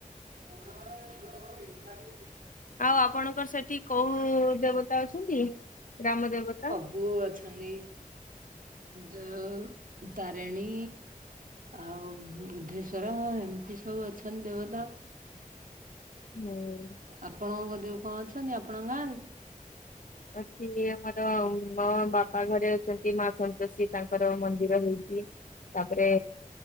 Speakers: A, on the right (about 70°); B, on the left (about 70°).
A: <inaudible>
B: ଆଉ ଆପଣଙ୍କର ସେଠି କଉ ଦେବତା ଅଛନ୍ତି ଗ୍ରାମ ଦେବତା?
A: <unintelligible> ଅଛନ୍ତି ଯଉ ତାରିଣୀ। ଆଉ ବୁଦ୍ଧେଶ୍ଵର ଏମିତି ସବୁ ଅଛନ୍ତି ଦେବତା।
B: ହୁଁ।
A: ଆପଣଙ୍କ <unintelligible> କଣ ଅଛନ୍ତି ଆପଣଙ୍କ ଗାଁରେ?
B: ଅଛି ଆମର ମୋ ବାପା ଘରେ ଅଛନ୍ତି ମା ସନ୍ତୋଷୀ ତାଙ୍କର ମନ୍ଦିର ହେଇଚି। ତାପରେ